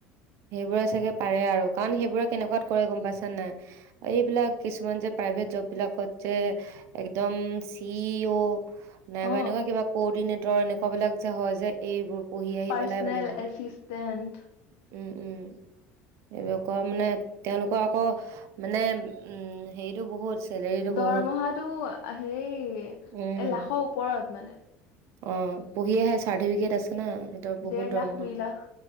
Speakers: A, on the right; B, on the left.
A: সেইবোৰে চাগে পাৰে আৰু কাৰণ সেইবোৰে কেনেকুৱাত কৰে গম পাইছে নাই এইবিলাক কিছুমান যে প্ৰাইভেট জব বিলাকত যে একদম চি ই অ' নাইবা
B: অ
A: এনেকুৱা কিবা কদিনেটৰ তএনেকুৱা বিলাক যে হয় যে এইবোৰ পঢ়ি আহি
B: পাৰ্চনেল
A: পেলাই মানে হয়।
B: এচিছটেণ্ট
A: উম উম এইবিলাকৰ মানে তেওঁলোকৰ আকৌ মানে উম হেৰিতটো বহুত চেলেৰিটো
B: দৰমহাটো
A: বহুত
B: হেই এ
A: উম,
B: লাখৰ ওপৰত মানে।
A: অ পঢ়ি আহে চাৰ্টিফিকেট আছে না এহতৰ বহুত
B: দেৰ
A: দৰমহা
B: লাখ দুই লাখ